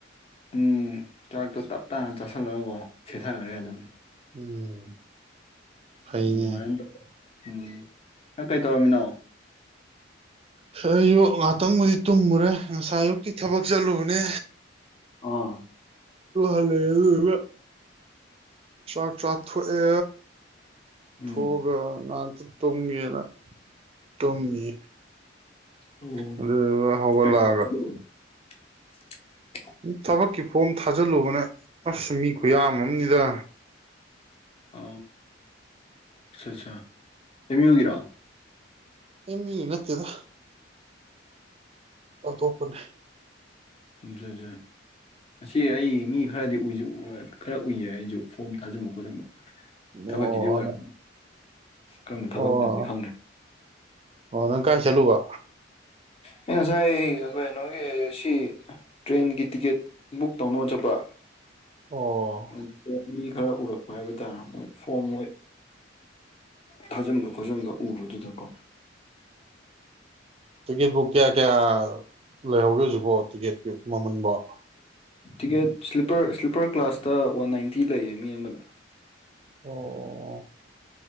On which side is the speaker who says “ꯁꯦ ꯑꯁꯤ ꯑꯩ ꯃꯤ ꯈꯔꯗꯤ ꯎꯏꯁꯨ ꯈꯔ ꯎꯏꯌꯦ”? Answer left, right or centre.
Left